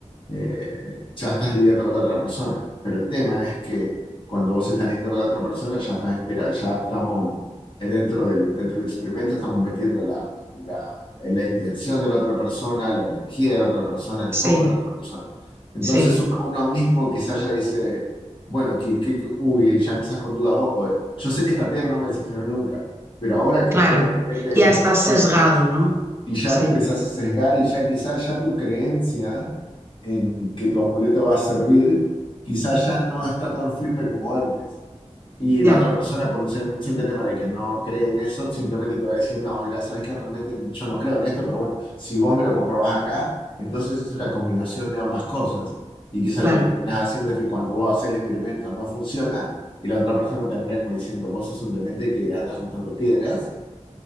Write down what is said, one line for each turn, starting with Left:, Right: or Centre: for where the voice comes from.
Left: eh, ya estás lidiando con la otra persona. Pero el tema es que cuando vos estás lidiando con la otra persona, ya estás espera, ya estamos eh, dentro del, dentro del experimento, estamos metiendo la, la, la intención de la otra persona, la energía de la otra persona, el
Right: sí,
Left: foco de la otra persona. Entonces
Right: sí,
Left: uno, uno mismo quizás ya dice, bueno, que, que- que- uy, ya empezás con dudas vos, pues yo sé que esta piedra no me decepcionó nunca. Pero ahora que
Right: claro,
Left: estoy al frente de
Right: ya
Left: estas
Right: estás
Left: personas
Right: sesgado,
Left: y qué sé yo,
Right: ¿no?
Left: y ya
Right: Sí,
Left: te empezás a sesgar y ya quizás ya tu creencia en que tu amuleto va a servir, quizás ya no está tan firme como antes. Y
Right: ya,
Left: la otra persona, por un sim- un simple tema de que no cree en eso, simplemente te va a decir, no, mira, sabes que realmente yo no creo en esto, pero bueno, si vos me lo comprobás acá, entonces es una combinación de ambas cosas. Y quizás
Right: claro,
Left: lo que terminás haciendo es que cuando vos haces el experimento no funciona, y la otra persona termina como diciendo, vos sos un demente que anda juntando piedras,